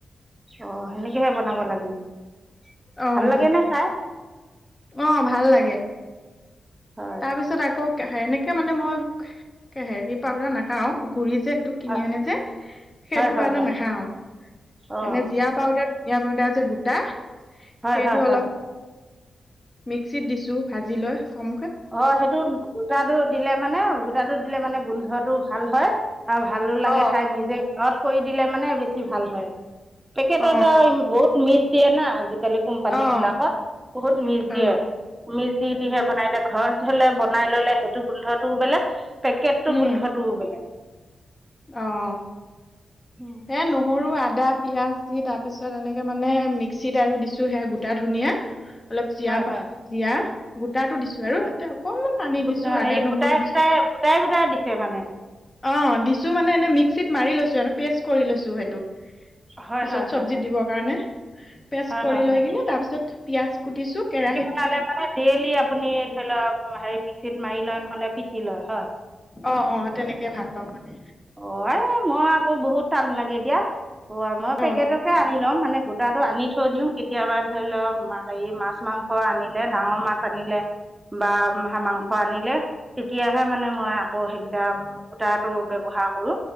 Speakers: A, on the right (about 15°); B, on the left (about 30°).
A: অ', সেনেকেহে বনাব লাগে <unintelligible>
B: অ'।
A: ভাল লাগেনে খাই
B: অ', ভাল লাগে।
A: হয়
B: তাৰপিছত আকৌ কে সেনেকে মানে মই, কে হেৰি পাউদাৰ নাখাওঁ গুৰি যে সেইটো। কিনি
A: হয়
B: আনে যে, সেইটো
A: হয় হয়
B: পাউদাৰ
A: হয়
B: নাগাওঁ।
A: অঁ
B: এনে জীৰা পাউদাৰ জীৰা পাউদাৰ যে গোটা,
A: হয়
B: সেইটো
A: হয় হয়
B: অলপ মিক্সিত দিছোঁ। ভাজি লৈ কম
A: অ', সেইটো গোটাটো দিলে মানে, গোটাটো দিলে মানে গোন্ধটো ভাল হয়। আৰু ভালো লাগে
B: অ
A: খাই নিজে ঘৰত কৰি দিলে মানে বেছি ভাল হয়। পেকেটত
B: অ
A: আও বহুত মিছ দিয়ে না আজি কালি কোম্পানী
B: অ
A: বিলাকত, বহুত মিছ
B: অ
A: দিয়ে, মিছ দি দিহে বনাই এত ঘৰত ঝলে বনাই ললে সেইটো গোন্ধটোও বেলেগ পেকেটটো
B: উম
A: গোন্ধটোও বেলেগ।
B: অ'।
A: উ।
B: এ নুহুৰু আদা পিঁয়াজ দি তাৰপিছত এনেকে মানে মিক্সিত আৰু দিছো হে গোটা ধুনীয়া। অলপ জীয়া
A: হয় হয়
B: পা, জীয়া, গোটাটো দিছো। আৰু
A: হয়
B: তাতে অকণমান পানী
A: গোট
B: দিছো,
A: হেৰি
B: আদা নহৰু
A: গোটাই গোটাই
B: দিছো
A: গোটাই গোটাই দিছে মানে
B: অ', দিছো মানে এনে মিক্সিত মাৰি লৈছো আৰু পেষ্ট কৰি লৈছো সেইটো।
A: হয়
B: পিছত
A: হয়
B: চব্জিত
A: হয় হয়
B: দিবৰ কাৰণে। পেষ্ট
A: হয়
B: কৰি
A: হয়
B: লৈ
A: হয়
B: কিনে তাৰ পিছত পিয়াজ কুটিছো, কেৰাহীত
A: খালে মানে ডেইলি আপুনি ধৰি লওঁক, হেৰি মিক্সিত মাৰি লয় নহলে পিচি লয়, হয়।
B: অ', অ', তেনেকে ভাল পাওঁ মানে।
A: অ', এই মই আকৌ বহুত টান লাগে দিয়া। ওৱা মই পেকেটকে
B: অ
A: আনি লওঁ, মানে গোটাটো আনি থৈ দিওঁ কেতিয়াবা ধৰি ল হেৰি মাছ-মাং স আনিলে, ডাঙৰ মাছ আনিলে। বা মাংস আনিলে, তেতিয়াহে মানে মই আকৌ সেইকেইটা গুটাটো ব্যবহাৰ কৰো।